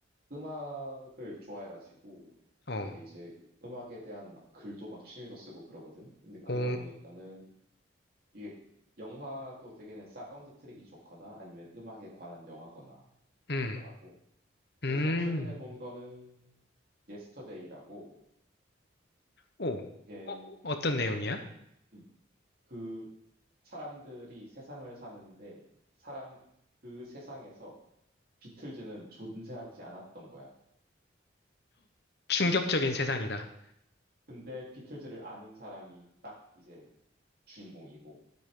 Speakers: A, on the right; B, on the left.
A: 음악을 좋아해가지고
B: 어,
A: 되게 이제 음악에 대한 막 글도 막 취미로 쓰고 그러거든. 근데 그러다
B: 오,
A: 보니까는 이게 영화도 되게는 사운드 트랙이 좋거나 아니면 음악에 관한 영화거나가
B: 음,
A: 되더라고.
B: 음,
A: 그래서 최근에 본 거는 예스터데이라고
B: 오,
A: 이게
B: 어, 어떤 내용이야?
A: 음, 그 사람들이 세상을 사는데 사람 그 세상에서 비틀즈는 존재하지 않았던 거야.
B: 충격적인
A: 어,
B: 세상이다.
A: 그- 근데 비틀즈를 아는 사람이 딱 이제 주인공이고